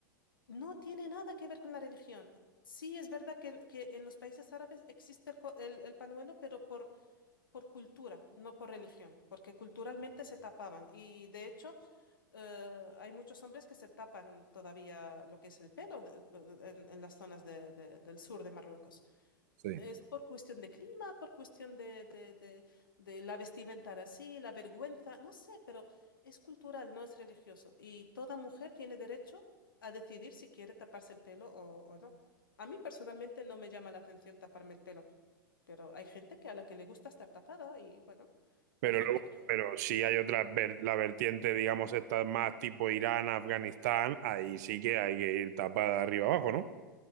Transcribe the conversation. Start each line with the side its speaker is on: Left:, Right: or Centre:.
Left: No tiene nada que ver con la religión. Sí es verdad que, que en los países árabes existe el, co- el el panuelo, pero por por cultura, no por religión, porque culturalmente se tapaban y de hecho eh, hay muchos hombres que se tapan todavía lo que es el pelo de- en, en las zonas de- de- del sur de Marruecos.
Right: Sí.
Left: Es por cuestión de clima, por cuestión de, de, de, de la vestimenta así, la vergüenza, no sé, pero es cultural, no es religioso. Y toda mujer tiene derecho a decidir si quiere taparse el pelo o, o no. A mí personalmente no me llama la atención taparme el pelo, pero hay gente que a la que le gusta estar tapada y bueno,
Right: Pero
Left: hay gente
Right: luego,
Left: que... sí,
Right: pero si hay otra ver- la vertiente, digamos, esta más tipo Irán, Afganistán, ahí sí que hay que ir tapada de arriba abajo, ¿no?